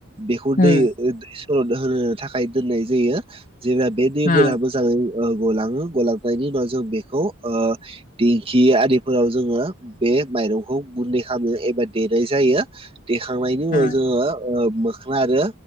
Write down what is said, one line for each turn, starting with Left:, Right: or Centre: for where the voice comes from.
Right: बेखौ
Left: उम
Right: दै दै <unintelligible> सर'द होनो थाखाय दोननाय जायो जेब्ला बे दैमा
Left: ओ
Right: मोजाङै ओ गलाङो गलांनायनि उनाव जों बेखौ ओ दिंखि आदिफोराव जोङो बे माइरंखौ गुन्दै खालामो एबा देनाय जायो देखांनायनि उनाव
Left: ओ
Right: जोङो दखा आरो